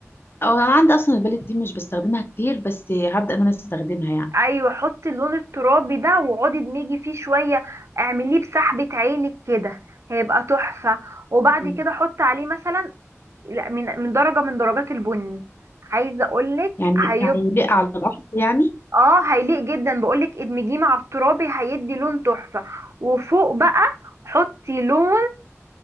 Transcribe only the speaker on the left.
اه انا عندي اصلا البالت دي مش بستخدمها كتير بس هبدا ان انا استخدمها يعني
مم.
يعني
هيليق على الاحمر يعني